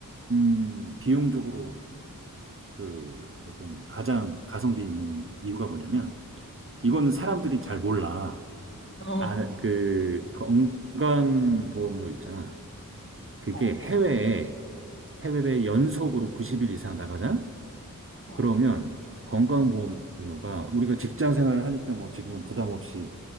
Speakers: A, on the right; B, on the left.
A: 음, 비용적으로 그 조금 가장 가성비 있는 이유가 뭐냐면, 이거는
B: 음,
A: 사람들이 잘 몰라.
B: 음. 어,
A: 아, 그 그 건강보험료 있잖아. 그게
B: 어,
A: 해외에, 해외에 연속으로 90일 이상 나가자?
B: 어,
A: 그러면 건강보험료가 우리가 직장 생활을 하니까 뭐 지금은 부담 없이